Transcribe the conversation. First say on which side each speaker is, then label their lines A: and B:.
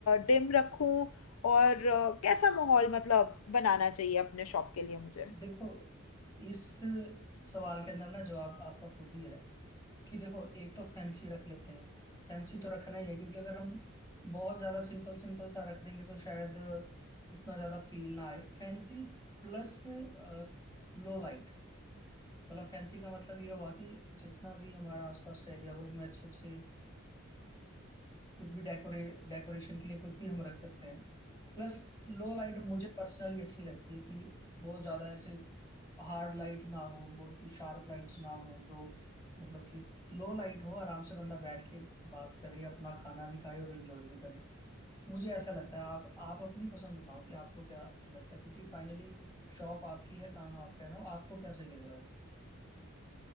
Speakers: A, on the left (about 85°); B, on the left (about 15°).
A: डिम रखूं और अ, कैसा माहौल मतलब बनाना चाहिए अपने शॉप के लिए मुझे
B: देखो इस सवाल के अंदर ना जवाब आपका खुद ही है कि देखो एक तो फैंसी रख लेते हैं फैंसी तो रखना ही है क्योंकि अगर हम बहुत ज्यादा सिंपल सिंपल सा रख देंगे तो शायद उतना ज्यादा फील ना आए Fancy plus low light मतलब फैंसी का मतलब ये हुआ कि जितना भी हमारा आसपास का एरिया हो उसमें अच्छे अच्छे कुछ भी डेकोरे डेकोरेशन के लिए कुछ भी हम रख सकते हैं प्लस लो लाइट मुझे पर्सनली अच्छी लगती है कि बहुत ज्यादा ऐसे हार्ड लाइट ना हो बहुत शार्प लाइट्स ना हो जो मतलब कि लो लाइट हो आराम से बंदा बैठ के बात करे अपना खाना भी खाए और एंजॉय भी करे मुझे ऐसा लगता है आप आप अपनी पसंद बताओ कि आपको क्या लगता है क्योंकि फाइनली शॉप आपकी है काम आपका है ना आपको क्या सही लग रहा है